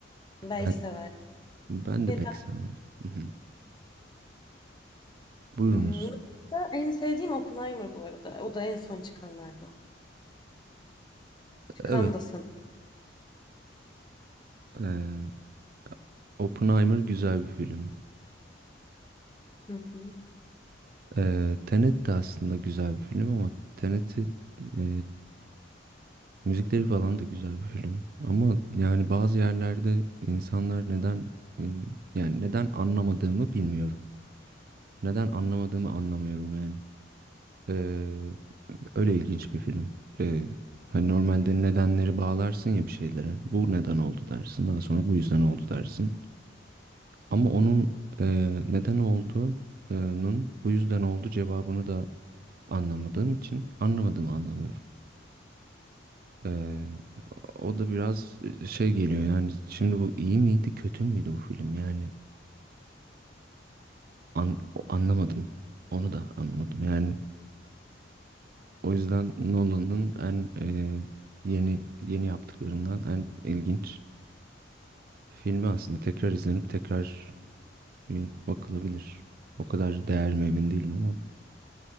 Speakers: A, on the left; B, on the right.
A: Belki
B: Ben
A: sever.
B: ben
A: Ve
B: de pek
A: ben
B: sevmedim. Hı hı. Buyurunuz.
A: hmm, Nolan'da en sevdiğim Oppenheimer bu arada. O da en son çıkanlardan. Çıkan
B: Evet.
A: da sanırım.
B: E, Oppenheimer güzel bir film.
A: Hı hı.
B: E, Tenet de aslında güzel bir film ama Tenet'i e, müzikleri falan da güzel bir film. Ama yani bazı yerlerde insanlar neden e, yani neden anlamadığımı bilmiyorum. Neden anlamadığımı anlamıyorum yani. Ee, öyle ilginç bir film. Ee, hani normalde nedenleri bağlarsın ya bir şeylere. Bu neden oldu dersin. Daha sonra bu yüzden oldu dersin. Ama onun e, neden olduğunun bu yüzden oldu cevabını da anlamadığım için anlamadığımı anlamıyorum. Ee, o da biraz şey geliyor yani. Şimdi bu iyi miydi kötü müydü bu film yani. An- anlamadım. Onu da anlamadım. Yani O yüzden Nolan'ın en e, yeni yeni yaptıklarından en ilginç filmi aslında. Tekrar izlenip tekrar bir bakılabilir. O kadar değer mi emin değilim ama.